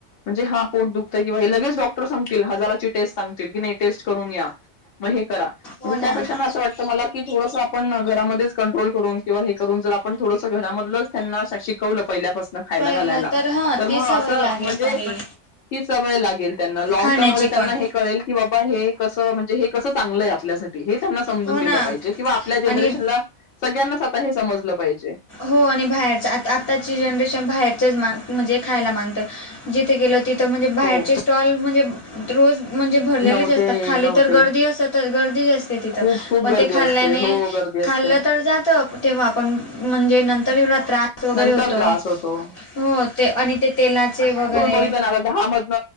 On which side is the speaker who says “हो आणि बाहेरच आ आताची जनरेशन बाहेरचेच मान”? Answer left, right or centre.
Left